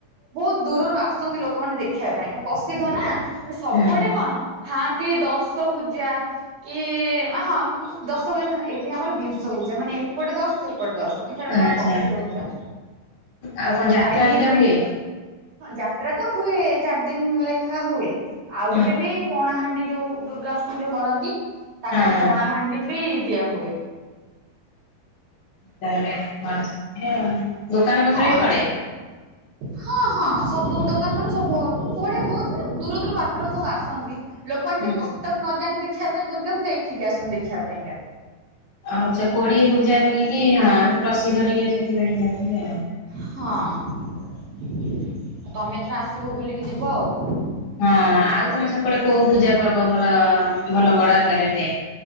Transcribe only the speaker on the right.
ବହୁତ୍ ଦୂରରୁ ଆସନ୍ତି ଲୋକମାନେ ଦେଖିବା ପାଇଁ ପସିଦ୍ଧ ନା। ମ ସବୁଆଡେ
କଣ ଥାଆନ୍ତି ଦଶ ଭୂଜା? କି ହଁ ଦଶ ଭୂଜା ଥାନା ଏଠି ଆମର ବିଂଶ ପୂଜା ମାନେ ଏପଟେ ଦଶ ସେପ୍ ପଟେ ଦଶ ମାନେ ସେଟା
ପୁରା ପସିଦ୍ଧ ପୁରା
ଆଏଠି
ଯାତ୍ରା ତ ହୁଏ ଚାରି ଦିନ ଲେଖା ହୁଏ। ଆଉ
ଗୋଟେ ବି ପଣାହାଣ୍ଡି ଯୋଉ ଦୁର୍ଗାଷ୍ଟମୀ ଯୋଉ କରନ୍ତି ତାକୁ
ପଣାହାଣ୍ଡି ବି ଦିଆ ହୁଏ।
ହଁ
ଯେ ହଁ ହଁ ସବୁ ଦୋକାନ ମାନେ ସବୁ ବଢିଆ କହୁଚି ନା ଦୂର ଦୂର ବାଟରୁ ସବୁ ଆସନ୍ତି। ଲୋକମାନେ
ଯଦି କଟକ ନଯାନ୍ତି ଦେଖିବା ପାଇଁ ଦୁର୍ଗା ପୂଜା ଏଠିକି ଆସନ୍ତି ଦେଖିବା ପାଇଁକା।
ହଁ। ତମେ ଏଥର ଆସିବ ବୁଲିକି ଯିବ ଆଉ।